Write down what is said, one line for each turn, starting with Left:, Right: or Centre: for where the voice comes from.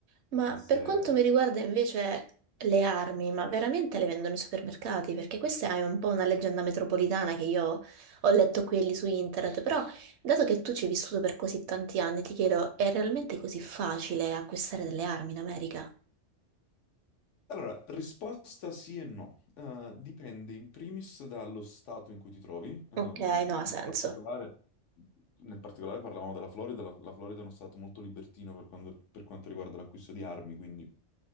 Right: Ma
Left: a essere
Right: per quanto mi riguarda invece le armi, ma veramente le vendono ai supermercati? Perché questa è un po' una leggenda metropolitana che io ho letto qui e lì su internet, però dato che tu ci hai vissuto per così tanti anni, ti chiedo, è realmente così facile acquistare delle armi in America?
Left: Allora, risposta sì e no. Eh, dipende in primis dallo stato in cui ti trovi. Ehm,
Right: Ok, no, ha
Left: nel
Right: senso.
Left: particolare, nel particolare parlavamo della Florida. La, la Florida è uno stato molto libertino per, quando- per quanto riguarda l'acquisto di armi, quindi